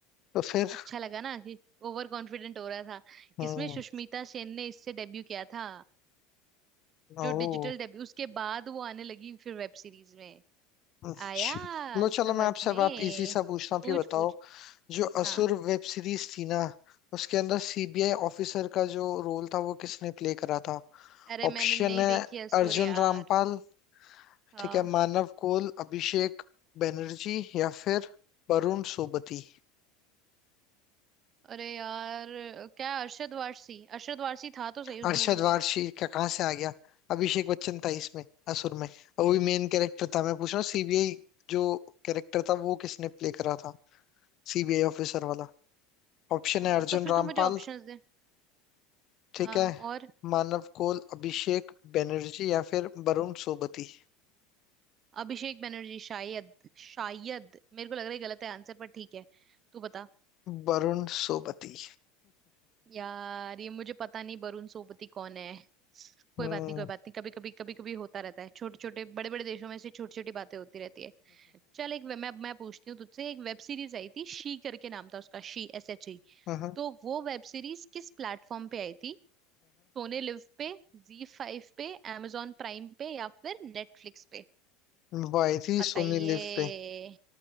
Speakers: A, on the left (about 45°); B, on the right (about 35°).
A: तो फिर
B: अच्छा लगा ना कि ओवर कॉन्फिडेंट हो रहा था
A: हम्म
B: इसमें सुष्मिता सेन ने इससे डेब्यू किया था जो
A: ओ
B: डिजिटल डेब्यू उसके बाद वो आने लगी फिर वेब सीरीज में
A: अच्छा।
B: आया
A: लो
B: समझ
A: चलो मैं आपसे
B: में
A: अब आप इजी सा पूछना आप
B: पूछ
A: ये बताओ
B: पूछ
A: जो असुर
B: हाँ
A: वेब सीरीज थी ना उसके अंदर सीबीआई ऑफिसर का जो रोल था वो किसने प्ले करा था
B: अरे मैंने
A: ऑप्शन
B: नहीं
A: है
B: देखी है सुर
A: अर्जुन
B: यार
A: रामपाल
B: हाँ
A: ठीक है मानव कोल अभिषेक बनर्जी या फिर वरुण सोबती
B: अरे यार क्या अरशद वारसी अरशद वारसी था तो सही उस
A: अरशद
B: मूवी में
A: वारसी क्या कहाँ से आ गया अभिषेक बच्चन था इसमें असुर में और वो भी मेन कैरेक्टर था मैं पूछ रहा हूँ सीबीआई जो कैरेक्टर था वो किसने प्ले करा था सीबीआई ऑफिसर वाला ऑप्शन
B: हाँ,
A: है अर्जुन
B: तो फिर
A: रामपाल
B: तू मुझे ऑप्शंस दे
A: ठीक
B: हाँ
A: है
B: और
A: मानव कोल अभिषेक बनर्जी या फिर वरुण सोबती
B: अभिषेक बनर्जी शायद शायद मेरे को लग रहा है गलत है आंसर पर ठीक है तू बता
A: वरुण सोबती
B: यार ये मुझे पता नहीं वरुण सोपति कौन है कोई
A: हम्म
B: बात नहीं कोई बात नहीं कभी कभी कभी कभी होता रहता है छोटे छोटे बड़े बड़े देशों में ऐसी छोटी छोटी बातें होती रहती है चल एक वे- मैं मैं पूछती हूँ तुझसे एक वेब सीरीज आई थी शी करके नाम था उसका शी एस एच ई
A: <laughs>
B: तो वो वेब सीरीज किस प्लेटफॉर्म पे आई थी सोने लिव पे जी फाइव पे amazon प्राइम पे या फिर नेटफ्लिक्स पे
A: हम्म वो आई थी
B: बताइए
A: सोनी लिव पे